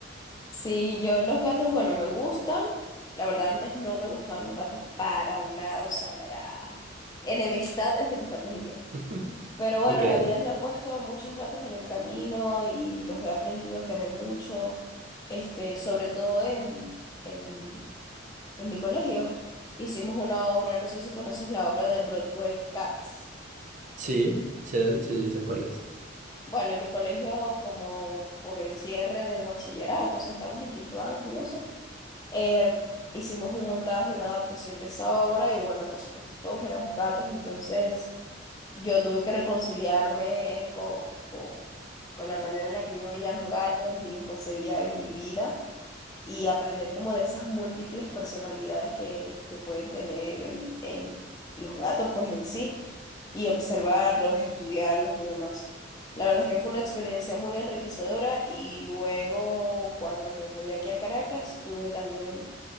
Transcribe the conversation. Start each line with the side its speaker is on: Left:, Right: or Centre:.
Left: Sí, yo los gatos, bueno, me gustan. La verdad, antes no me gustaban los gatos para nada, o sea, era enemistad entre los gatos y yo.
Right: <laughs>
Left: Pero bueno,
Right: Ok.
Left: la vida me ha puesto a muchos gatos en el camino y los he aprendido a querer mucho, este, sobre todo en, en, en mi colegio. Hicimos una obra, no sé si conoces la obra de Broadway Cats.
Right: Sí, sí, era- sí, sé cuál es.
Left: Bueno, en mi colegio, como por el cierre del bachillerato, o sea, estamos en quinto año y eso. er, hicimos un montaje, una adaptación de esa obra y bueno, por supuesto todos éramos gatos, entonces yo tuve que reconciliarme con, con, con la manera en la que yo veía a los gatos y los concebía en mi vida y aprender como de esas múltiples personalidades que, que pueden tener en, en los gatos pues en sí y observarlos, estudiarlos y demás. La verdad es que fue una experiencia muy enriquecedora y luego cuando me mudé aquí a Caracas tuve también